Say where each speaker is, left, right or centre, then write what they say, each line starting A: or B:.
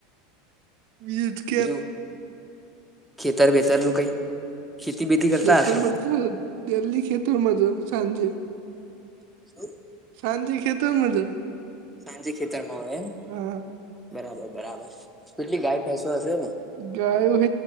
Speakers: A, on the right; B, in the centre.
A: <unintelligible>
B: બીજું ખેતર વેતર નું કઈ? ખેતી બેતી
A: ખેત
B: કરતા હશો
A: મ દેલ્લી ખેત મા જ સાંજે.
B: <inaudible>
A: સાંજે ખેતરમાં જ.
B: સાંજે ખેતરમાં હોય એમ!
A: હા.
B: બરાબર બરાબર કેટલી ગાય ભેંસ સો હશે ને?
A: ગાય હ